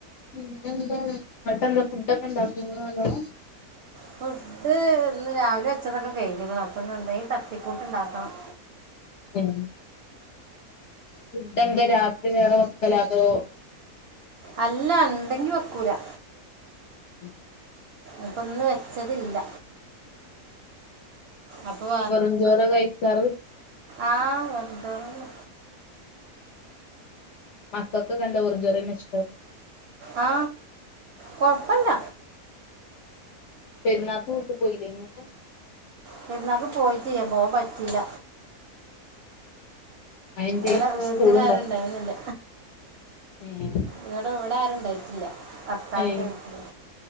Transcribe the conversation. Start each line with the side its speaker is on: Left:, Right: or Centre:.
Left: ഉപിന്നെ ന്ത ന്നട്ടെന്ത ഫുഡ് ഒക്കെ
Right: ഫുഡ്‌ഹ് ഇന്ന് രാവിലെ വെച്ചതൊക്കെ കഴ്‌ഞ്ക്ക്ണ് അപ്പന്ന് ന്തെങ്കും തട്ടിക്കൂട്ട് ഉണ്ടാക്കണം
Left: ഉം ഫുഡെന്താ രാത്രി വേറെ വെക്കലാ അതോ
Right: അല്ല ഇണ്ടെങ്കി വെക്കൂലാ
Left: ഉം
Right: അപ്പ ഇന്ന് വെച്ചതില്ല അപ്പോൾ
Left: വെറുഞ്ചോറാ കഴിക്കാറ്?
Right: ആഹ് വെറുഞ്ചോറെന്നെ
Left: മക്കൾക് എന്താ <unintelligible> ഇഷ്ടം
Right: ആ കുഴപ്പമില്ല
Left: പെരുനാൾക് വീട്ടി പോയിലെനു അപ്പൊ
Right: പെരുനാൾക് പോയിട്ടില്ല പോൻ പറ്റീല്ല
Left: അയെന്തേ
Right: ഇടാ വീട്ടുകാരുണ്ടായിരുന്നില്ല
Left: സ്കൂള്ണ്ടാ ഏഹ്
Right: ഇവിടെ ഇവിടെ ആരുണ്ടായിറ്റില്ല ഭർത്താവിന്റെ
Left: ഏഹ്
Right: വീട്ടില്